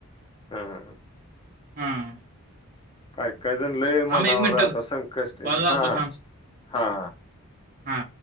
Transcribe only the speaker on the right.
हां
थांब
मिनिटं
कॉल
लावतो
हा